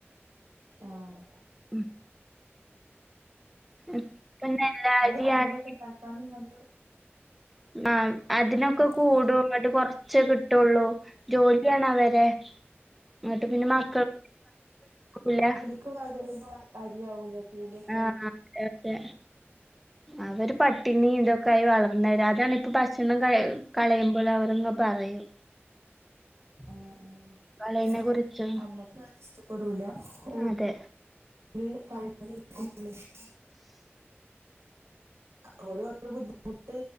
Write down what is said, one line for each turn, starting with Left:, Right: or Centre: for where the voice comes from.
Right: ആഹ്
Centre: ഉം ഇപ്പൊ നെല്ലാരിയാണെങ്കി
Right: അയ് അവിലൊക്കെ ഇണ്ടാക്കാനു നല്ല
Centre: മാം അതിനൊക്കെ
Right: ആഹ്
Centre: കൂടും ന്നിട്ട് കൊറചെ കിട്ടുള്ളൂ ജോലിയാണ് അവ അതെ എന്നി ട്ട് പിന്നെ മക്കൾക് <unintelligible>
Right: ക്ക് വകരുമ്പ അരിയാവൂലേ കൂലിയൊക്കെ
Centre: ആഹ് അതെ അതെ അവര് പട്ടിണീതൊ ക്കായി വളർന്നവര് അതാണിപ്പ ഭക്ഷണം കൈ കളയുമ്പോൾ അവർങ്ങ പറയും
Right: ആഹ് ആഹ്
Centre: കളയിനെ
Right: ക്ഷെ
Centre: കുറിച്ച്
Right: അമ്മക്ക് അത് ഇഷ്ടപ്പെടൂല ഓൽ
Centre: അതെ
Right: ല് <unintelligible> ഓല് ഓലെ ബുദ്ധിമുട്ട്